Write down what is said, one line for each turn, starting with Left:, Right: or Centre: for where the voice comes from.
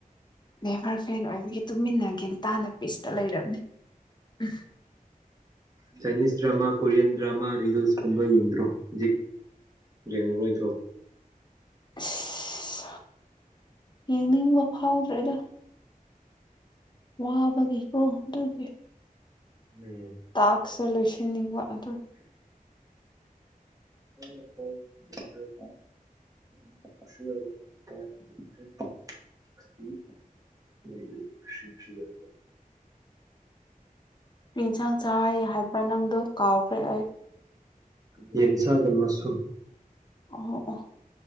Left: ꯅꯦꯚꯔ ꯐꯦꯟ ꯑꯣꯏꯕꯒꯤ ꯇꯨꯃꯤꯟꯅꯒꯦ ꯇꯅ ꯄꯤꯁꯇ ꯂꯩꯔꯕꯅꯦ ꯎ
Right: Chinese drama Korean drama reels ꯀꯨꯝꯕ ꯌꯦꯡꯗ꯭ꯔꯣ ꯍꯧꯖꯤꯛ ꯌꯦꯡꯉꯨꯔꯣꯏꯗ꯭ꯔꯣ
Left: <unintelligible> ꯌꯦꯡꯅꯤꯡꯕ ꯐꯥꯎꯗ꯭ꯔꯦꯗ ꯋꯥꯕꯒꯤꯦꯀꯣ ꯑꯗꯨꯒꯤ
Right: ꯎꯝ
Left: ꯇꯥꯛꯁꯨ ꯂꯣꯏꯁꯤꯟꯅꯤꯡꯕ ꯑꯗꯨ
Right: ꯀ <unintelligible> ꯁꯤꯕ
Left: ꯌꯦꯟꯁꯥꯡ ꯆꯥꯏ ꯍꯥꯏꯕ ꯅꯪꯗꯣ ꯀꯥꯎꯈ꯭ꯔꯦ ꯑꯩ
Right: ꯌꯦꯟꯁꯒꯔ ꯃꯁꯔꯨꯝ
Left: ꯑꯣ ꯑꯣ